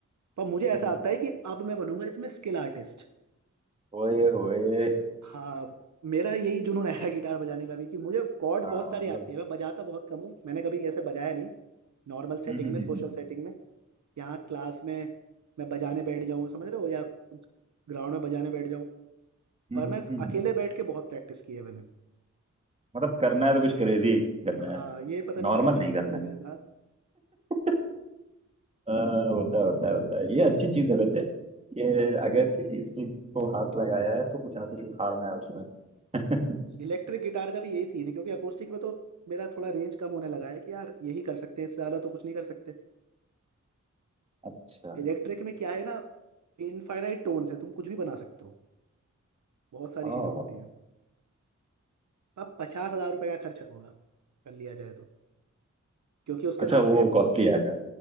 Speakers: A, on the right (about 70°); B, on the right (about 20°).
A: पर मुझे ऐसा
B: हम्म।
A: आता है कि अब मैं बनूंगा इसमें स्किल आर्टिस्ट
B: ओए होए
A: हाँ मेरा यही जुनून है गिटार बजाने का भी कि मुझे कॉर्ड
B: हाँ
A: बहुत सारी
B: मतलब
A: आती है मैं बजाता बहुत कम हूँ मैंने कभी कैसे बजाया नहीं नॉर्मल सेटिंग
B: हम्म हम्म,
A: में सोशल
B: हम्म,
A: सेटिंग में यहाँ क्लास में मैं बजाने बैठ जाऊँ समझ रहे हो या ग्राउंड में बजाने बैठ जाऊँ
B: हम्म,
A: पर मैं
B: हम्म, हम्म।
A: अकेले बैठ के बहुत प्रैक्टिस की है मैंने
B: मतलब करना है तो कुछ क्रेजी करना
A: हाँ
B: है
A: ये पता नहीं
B: नॉर्मल
A: क्या
B: नहीं
A: दिक्कत
B: करना
A: है
B: है
A: मेरे साथ
B: <laughs> आ, होता है होता है होता है ये अच्छी चीज है वैसे कि अगर किसी स्किल को हाथ लगाया है तो कुछ ना कुछ उखाड़ना है उसमें <laughs>
A: इलेक्ट्रिक गिटार का भी यही सीन है क्योंकि अकोस्टिक में तो मेरा थोड़ा रेंज कम होने लगा है कि यार यही कर सकते हैं इससे ज़्यादा तो कुछ नहीं कर सकते
B: अच्छा
A: इलेक्ट्रिक में क्या है ना इनफाइनाइट टोन्स है तुम कुछ भी बना सकते हो बहुत सारी
B: आ,
A: चीज़ें होती हैं अब पचास हजार रुपये का खर्च होगा कर लिया जाए तो क्योंकि उसके
B: अच्छा
A: साथ
B: वो
A: ए-
B: कॉस्टली आएगा